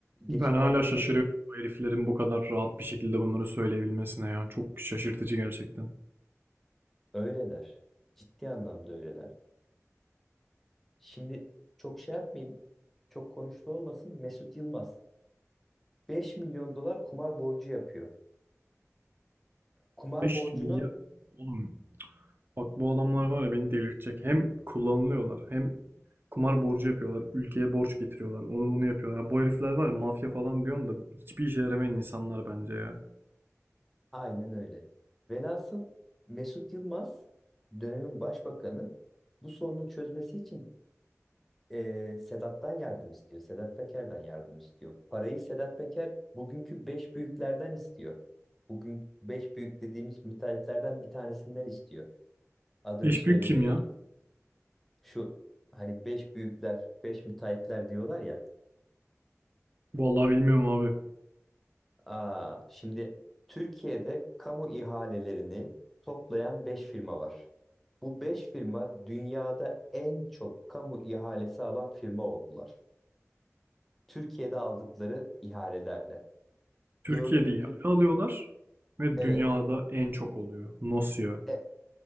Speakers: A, in the centre; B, on the right.
A: geçenlerde
B: Ben hala
A: se-
B: şaşırıyorum bu heriflerin bu kadar rahat bir şekilde bunları söyleyebilmesine ya. Çok şaşırtıcı gerçekten.
A: öyleler. Ciddi anlamda öyleler. Şimdi çok şey yapmayayım. Çok konuştu olmasın. Mesut Yılmaz 5 milyon dolar kumar borcu yapıyor. Kumar
B: 5
A: borcunu
B: milyar oğlum bak bu adamlar var ya beni delirtecek. Hem kullanılıyorlar hem kumar borcu yapıyorlar. Ülkeye borç getiriyorlar. Onu bunu yapıyorlar. Bu herifler var ya mafya falan diyorum da hiçbir işe yaramayan insanlar bence ya.
A: aynen öyle. Velhasıl Mesut Yılmaz dönemin başbakanı bu sorunu çözmesi için eee, Sedat'tan yardım istiyor. Sedat Peker'den yardım istiyor. Parayı Sedat Peker bugünkü 5 büyüklerden istiyor. Bugün 5 büyük dediğimiz müteahhitlerden bir tanesinden istiyor. Adını
B: Eş
A: söylemeyeyim.
B: büyük kim ya?
A: şu hani beş büyükler, beş müteahhitler diyorlar ya.
B: Vallahi bilmiyorum abi.
A: Aa, şimdi Türkiye'de kamu ihalelerini toplayan beş firma var. Bu beş firma dünyada en çok kamu ihalesi alan firma oldular. Türkiye'de aldıkları ihalelerle.
B: Türkiye'de
A: Gördüğüm
B: ihale
A: büt-
B: alıyorlar ve
A: evet.
B: dünyada en çok oluyor. Nasıl ya?
A: E,